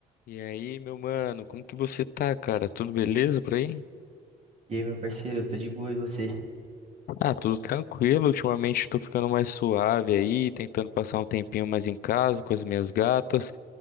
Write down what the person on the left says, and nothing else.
E aí, meu mano, como que você tá, cara? Tudo beleza por aí?
Ah, tudo tranquilo. Ultimamente tô ficando mais suave aí, tentando passar um tempinho mais em casa com as minhas gatas